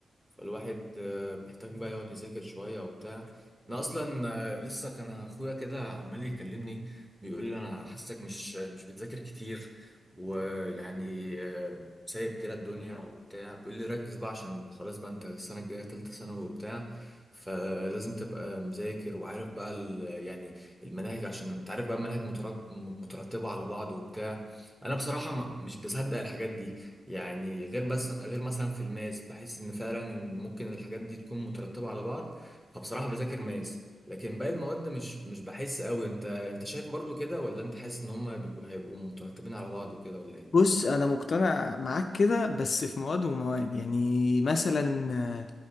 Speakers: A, in the centre; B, on the left.
A: فالواحد آه، محتاج بقى يقعد يذاكر شوية وبتاع أنا أصلا آه، لسه كان أخويا كده عمال يكلمني بيقول لي أنا حاسك مش مش بتذاكر كتير ويعني آه، سايب كده الدنيا وبتاع بيقول لي ركز بقى عشان خلاص بقى أنت السنة الجاية تالتة ثانوي وبتاع فلازم تبقى مذاكر وعارف بقى ال- يعني المناهج عشان انت عارف بقى المناهج مترك- مترتبة على بعض وبتاع انا بصراحة ما- مش بصدق الحاجات دي يعني غير بس غير مثلا في الماس بحس ان فعلا ممكن الحاجات دي تكون مترتبة على بعض فبصراحة بذاكر ماس لكن باقي المواد مش مش بحس قوي انت انت شايف برضو كده ولا انت حاسس ان هم بيبقوا هيبقوا مترتبين على بعض وكده ولا ايه
B: بص انا مقتنع معاك كده بس في مواد ومواد يعني مثلا آه،